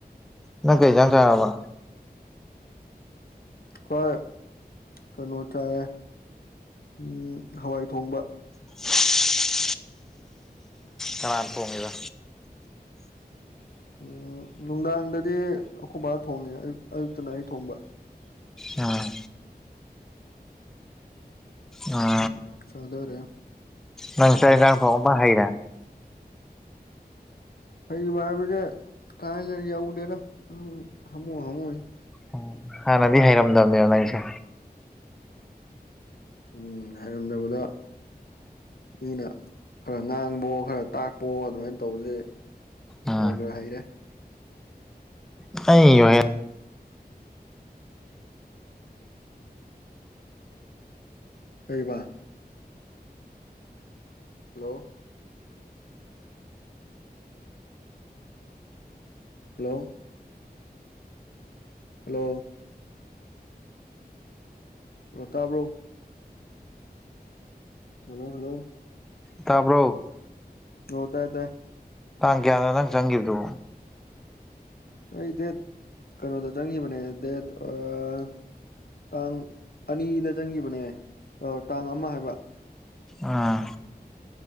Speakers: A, in the centre; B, on the left.
A: ꯅꯪ ꯀꯩ
B: ꯑꯣ
A: ꯏꯟꯁꯥꯡ ꯆꯥꯔꯥꯕꯥ
B: ꯀꯣꯏ ꯀꯩꯅꯣ ꯆꯥꯌꯦ ꯎꯝ ꯍꯋꯥꯏ ꯊꯣꯡꯕ
A: ꯍ ꯀꯥꯟꯄꯣꯡꯉꯗ
B: ꯎꯝ ꯅꯨꯡꯗꯥꯡꯗꯗꯤ ꯑꯩꯈꯣꯏꯕꯥ ꯊꯣꯡꯉꯦ ꯑꯌꯨꯛ ꯑꯌꯨꯛꯇꯅ ꯑꯩ ꯊꯣꯡꯕ
A: ꯎꯝ ꯑ
B: <unintelligible>
A: ꯅꯪ ꯆꯥꯛ ꯍꯦꯟꯁꯥꯡ ꯊꯣꯡꯕ ꯍꯩꯔꯦ
B: ꯏꯃꯥꯟꯅꯕꯁꯦ ꯀꯥ ꯍꯦꯟꯅꯥ ꯌꯧꯗꯦꯗꯥ ꯍꯥꯝꯃꯨ ꯍꯥꯝꯃꯨꯅꯤ
A: ꯎ ꯍꯥꯟꯅꯗꯤ ꯍꯩꯔꯝꯗꯕꯅꯦꯅ ꯅꯪꯁꯦ
B: ꯎꯝ ꯍꯩꯔꯝꯗꯕꯗꯣ ꯃꯤꯅ ꯈꯔ ꯉꯥꯡꯕꯥꯑꯣ ꯈꯔ ꯇꯥꯛꯄꯥꯑꯣ ꯑꯗꯨꯃꯥꯏꯅ ꯇꯧꯕꯗꯗꯤ
A: ꯎꯝ
B: ꯈꯔ ꯈꯔ ꯍꯩꯔꯦ
A: <unintelligible>
B: ꯀꯩꯕ ꯍꯜꯂꯣ ꯍꯜꯂꯣ ꯍꯜꯂꯣ ꯍꯜꯂꯣ ꯇꯥꯕ꯭ꯔꯣ ꯍꯜꯂꯣ ꯍꯜꯂꯣ
A: ꯇꯥꯕ꯭ꯔꯣ
B: ꯍꯣ ꯇꯥꯏ ꯇꯥꯏ
A: ꯇꯥꯡ ꯀꯌꯥꯅꯣ ꯅꯪ ꯆꯪꯈꯤꯕꯗꯨꯕꯣ
B: ꯑꯩ ꯗꯦꯠ ꯀꯩꯅꯣꯗ ꯆꯪꯒꯤꯕꯅꯦ ꯗꯦꯠ <unintelligible> ꯇꯥꯡ ꯑꯅꯤꯗ ꯆꯪꯈꯤꯕꯅꯦ ꯇꯥꯡ ꯑꯃ ꯍꯥꯏꯕ
A: ꯑꯥ